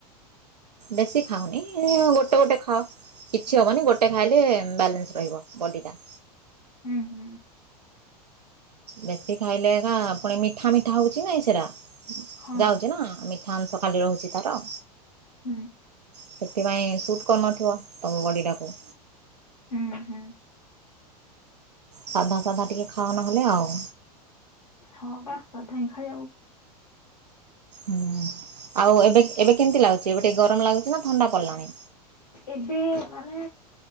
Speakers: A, on the right; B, on the left.
A: ବେଶି ଖାଉନି ଗୋଟେ ଗୋଟେ ଖାଅ କିଛି ହବନି ଗୋଟେ ଖାଇଲେ ବାଲାନ୍ସ ରହିବ ବଡ଼ିଟା।
B: ହୁଁ ଉଁ।
A: ବେଶୀ ଖାଇଲେ ଏକା ପୁଣି ମିଠା ମିଠା ହଉଚି ନାଇଁ ସେରା
B: ହଁ
A: ଯାଉଚିନା ମି ଫଥନ୍ ସକାଳେ ରହୁଚି ତାର
B: ହୁଁ ହୁଁ।
A: ସେଥିପାଇଁ ସୁଟ୍ କରିନଥିବ ତମ ବଡିଟାକୁ।
B: ହୁଁ ହୁଁ।
A: ସାଧା ସାଧା ଟିକେ ଖାଅ ନହେଲେ ଆଉ।
B: ହଁପା ସାଧାଇଁ ଖାଇବାକୁ
A: ହୁଁ ଆଉ ଏବେ ଏବେ କେମିତି ଲାଗୁଚି ଏବେ ଟିକେ ଗରମ ଲାଗୁଚିନା ଥଣ୍ଡା ପଡ଼ିଲାଣି?
B: ଏବେ ମାନେ